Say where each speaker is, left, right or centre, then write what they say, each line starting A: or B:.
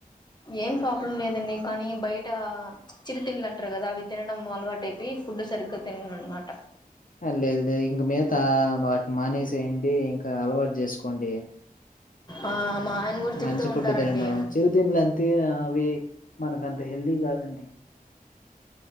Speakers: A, on the left; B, on the left.
A: ఏం ప్రాబ్లం లేదండి కానీ బయట చిరుతిిినలు అంటారు కదా అవి తినడం అలవాటుైపి ఫుడ్ సరుకు తిన అనమాట
B: లేదు లేదు ఇంక మిగతా వాటిని మానేసేయండి ఇంకా అలవాటు చేసుకోండి
A: ఆ మా ఆయన కూడా
B: మంచి
A: తిడుతూ
B: ఫుడ్
A: ఉంటారండి
B: తినడి చిరుతింల అంతే అవి మనక అంత హెల్దీ కాదండి